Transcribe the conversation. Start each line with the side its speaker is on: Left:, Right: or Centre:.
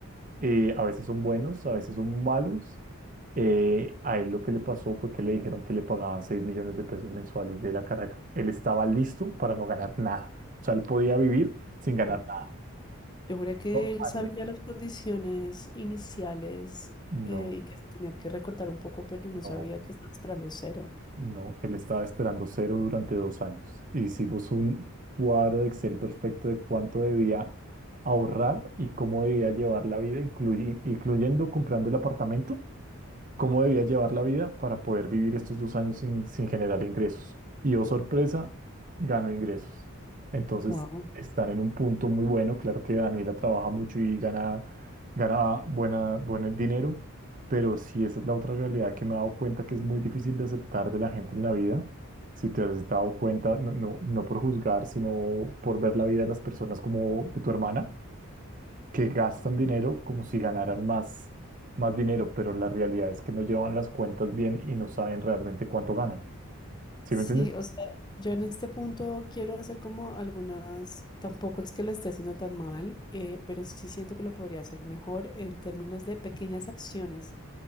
Right: eh, a veces son buenos, a veces son malos. Eh, a él lo que le pasó fue que le dijeron que le pagaban 6 millones de pesos mensuales de la carrera. Él estaba listo para no ganar nada. O sea, él podía vivir sin ganar
Left: Ah.
Right: nada.
Left: Yo juré que
Right: Dos
Left: él
Right: años.
Left: sabía las condiciones iniciales
Right: No,
Left: eh, y que se tenía que recortar un poco, pero no
Right: no,
Left: sabía que estaba esperando cero.
Right: no. Él estaba esperando cero durante dos años. Hicimos un cuadro de Excel perfecto de cuánto debía ahorrar y cómo debía llevar la vida, incluyi- incluyendo comprando el apartamento cómo debía llevar la vida para poder vivir estos dos años sin, sin generar ingresos. Y oh sorpresa, ganó ingresos. Entonces
Left: Wow.
Right: están en un punto muy bueno. Claro que Daniela trabaja mucho y gana, gana buena, buen dinero, pero sí esa es la otra realidad que me he dado cuenta que es muy difícil de aceptar de la gente en la vida. Si te has dado cuenta, no, no, no por juzgar, sino por ver la vida de las personas como de tu hermana que gastan dinero como si ganaran más, más dinero, pero la realidad es que no llevan las cuentas bien y no saben realmente cuánto ganan. ¿Sí
Left: Sí,
Right: me entiendes?
Left: o sea, yo en este punto quiero hacer como algunas, tampoco es que lo esté haciendo tan mal, eh, pero sí siento que lo podría hacer mejor en términos de pequeñas acciones.